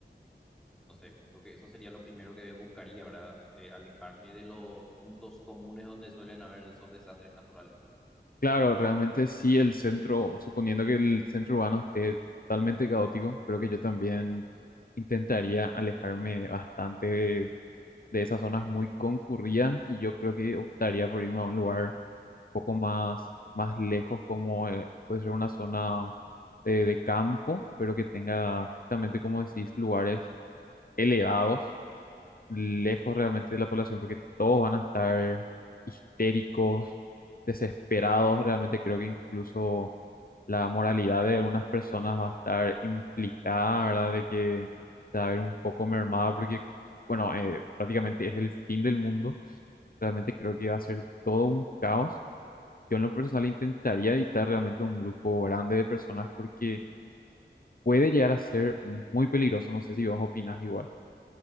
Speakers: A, in the centre; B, on the left (about 50°).
A: no sé, creo que eso sería lo primero que buscaría, ¿verdad? Ale- alejarme de los puntos comunes donde suelen haber esos desastres naturales.
B: Claro, realmente sí el centro, suponiendo que el centro urbano esté totalmente caótico, creo que yo también intentaría alejarme bastante de, de esas zonas muy concurridas y yo creo que optaría por irme a un lugar poco más, más lejos, como eh, puede ser una zona de, de campo, pero que tenga justamente, como decís, lugares elevados, lejos realmente de la población, porque todos van a estar histéricos, desesperados. Realmente creo que incluso la moralidad de algunas personas va a estar implicada, ¿verdad? De que se va a ver un poco mermada, porque, bueno, eh, prácticamente es el fin del mundo Realmente creo que va a ser todo un caos. Yo en lo personal intentaría evitar realmente un grupo grande de personas porque puede llegar a ser muy peligroso. No sé si vos opinás igual.